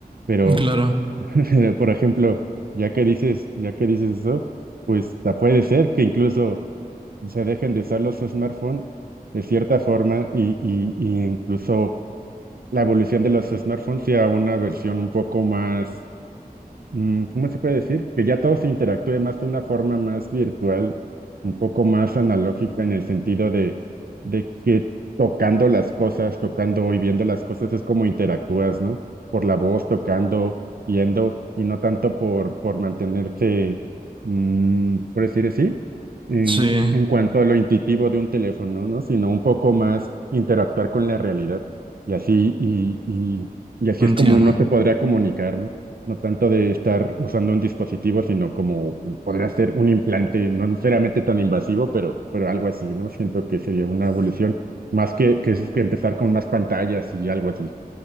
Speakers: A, on the right; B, on the right.
A: Pero,
B: Claro,
A: <laughs> por ejemplo, ya que dices, ya que dices eso, pues ta- puede ser que incluso se dejen de usar los smartphones de cierta forma y, y, y incluso la evolución de los smartphones sea una versión un poco más mm, ¿cómo se puede decir? Que ya todo se interactúe más de una forma más virtual, un poco más analógica en el sentido de, de que tocando las cosas, tocando y viendo las cosas es como interactúas, ¿no? Por la voz, tocando, yendo, y no tanto por, por mantenerse, mm, por decir así, en,
B: sí,
A: en cuanto a lo intuitivo de un teléfono, ¿no? Sino un poco más interactuar con la realidad. Y así, y, y, y así
B: entiendo.
A: es como uno se podría comunicar, ¿no? no tanto de estar usando un dispositivo, sino como podría ser un implante, no necesariamente tan invasivo, pero, pero algo así, ¿no? Siento que sería una evolución, más que, que, es- que empezar con más pantallas y algo así.